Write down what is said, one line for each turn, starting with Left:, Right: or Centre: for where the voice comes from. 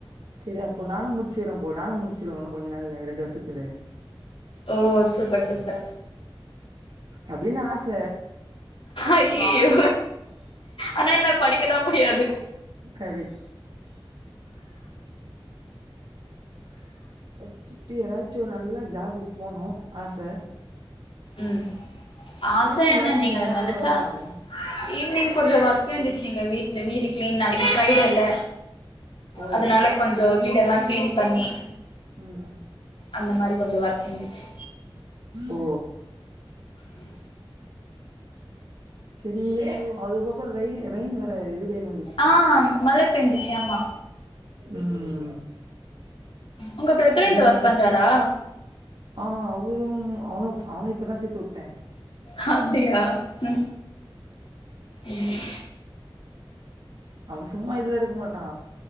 Right: சரி அப்போ நானும் முடிச்சுரோ போ நானும் முடிச்சிருவவே இன்னும் கொஞ்சநாலுல்ல ரெண்டு வரு ஷத்துல
Left: ஓ சூப்பர் சூப்பர்
Right: அப்டின்னு ஆச
Left: ஐய்யயோ ஆனா என்ன படிக்கதான் முடியாது
Right: கரெக்ட் படிச்சுட்டு ஏதாச்சும் ஒரு நல்ல ஜாபு போனோம் ஆசை
Left: ம் ஆச
Right: ஈவினிங்
Left: என்ன
Right: வரேன்னீங்க
Left: நீங்க
Right: அதோட
Left: நெனச்சா
Right: வரவே வரல
Left: ஈவினிங் கொஞ்சொ வர்க் இருந்துச்சுங்க வீட் ட்ல வீடு கிளீன் நாளைக்கு ஃப்ரைடே ல
Right: ஓ
Left: அதனால கொஞ்சோ வீடெல்லா க்ளீன் பண்ணி
Right: ம்
Left: அந்த மாரி கொஞ்சோ ஒர்க் இருந்துச்சு
Right: ஓ
Left: ம்
Right: சேரி அதுக்கப்பறோ ரய் ரைய்ன் வேற ர இது ரெய்ன் வந்துச்சு
Left: ஆ மழ பெஞ்சிச்சு ஆமா
Right: ம்
Left: உங்க பிரதர்
Right: சேரி
Left: இந்த ஒர்க் பண்றாரா
Right: ஆ அவ் இவரு அவனு இப்பதா சேத் த்துட்ட
Left: ஹப்டியா ம் ம்
Right: அவ சும்மா இதுல இருக்க மாட்டா